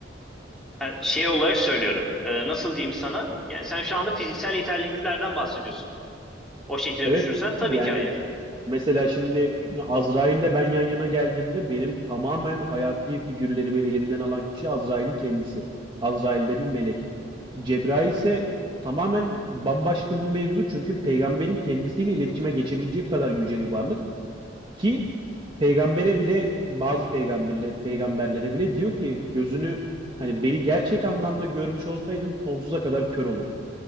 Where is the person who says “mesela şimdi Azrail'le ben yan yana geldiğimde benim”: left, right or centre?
Right